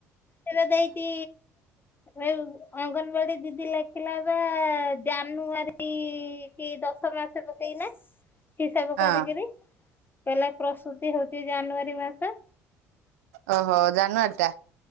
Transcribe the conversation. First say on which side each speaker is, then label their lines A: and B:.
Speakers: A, on the left; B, on the right.
A: ସେ ବୋଧେ ଏଇଟି ଏ ଅଙ୍ଗନବାଡି ଦିଦି ଲେଖିଲା ବା ଜାନୁଆରୀ କି ଦଶ ମା ମାସ ପକେଇନା ହିସାବ
B: ହଁ
A: କରିକିରି। କହିଲା ପ୍ରସୁତି ହୋଉଚି ଜାନୁଆରୀ ମାସ।
B: ଓହୋ ଜାନୁଆରୀଟା